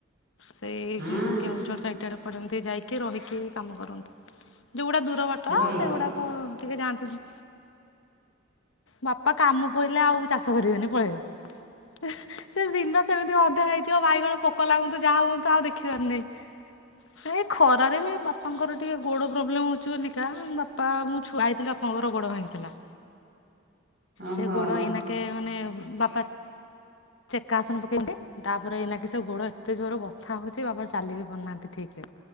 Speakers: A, on the left; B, on the right.
A: ସେଇ
B: ହଁ
A: କେଉଁଝର ସାଇଟ୍। ଟାଡେ ପଡନ୍ତି ଯାଇକି ରହିକି କାମ କରନ୍ତି। ଯୋଉଗୁଡା ଦୂର ବାଟ
B: ଭଲ
A: ସେଗୁଡାକ ଟିକେ ଯାଆନ୍ତିିବୁ ବାପା କାମ ପିଲେ ଆଉ ଚାଷ କରିବେନି ପଳେଇବେ। ସେ ବିିଲ ସେମିତି ଅଧା ହେଇଥିବ ବାଇଗଣ ପୋକ ଲାଗନ୍ତୁ ଯାହା ହୁଅନ୍ତୁ ଆଉ ଦେଖିିବାର ନାହିଁ। ଏ ଖରାରେ ବି ବାପାଙ୍କର ଟିକେ ଗୋଡ ପ୍ରୋବ୍ଲେମ ହୋଉଚି ବୋଲିକା ବାପା ମଁ ଛୁଆ ହେଇଥିଲି ବାପାଙ୍କର ଗୋଡ ଭାଙ୍ଗିଥିଲା।
B: ଓହୋ
A: ସେ ଗୋଡ଼ ଏନାକେ ମାନେ ବାପା ଚେକା ଆସନ ପକେଇନ୍ତି ତାପରେ ଏଇନାକି ସେ ଗୋଡ଼ ଏତେ ଜୋର ବଥା ହୋଉଚି ବାପା ଚାଲି ବି ପାରୁନାହାନ୍ତି ଠିକ ରେ।